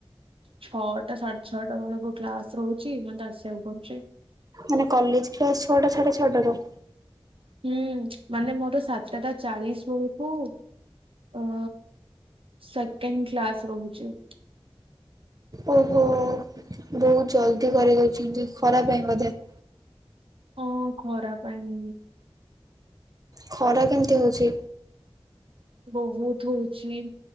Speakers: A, on the right (about 70°); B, on the right (about 40°).
A: ଛଅଟା ସାଢେ ଛଅଟା ବେଳକୁ କ୍ଲାସ ରହୁଚି ମତେ ଆସିବାକୁ ପଡୁଚି।
B: ମାନେ କଲେଜ କ୍ଲାସ୍ ଛଅଟା ସାଢେ ଛଅଟା ରୁ?
A: ହୁଁ ମାନେ ମୋର ସାତଟା ଚାଳିଶ ବେଳକୁ ଅ ସେକେଣ୍ଡ କ୍ଲାସ ରହୁଚି।
B: ଓହୋ ବହୁତ ଜଲଦି କରିଦଉଛନ୍ତି ଖରା ପାଇଁ ବୋଧେ? <inaudible>
A: ହଁ ଖରା ପାଇଁ।
B: ଖରା କେମିତି ହଉଛି?
A: ବହୁତ ହଉଚି।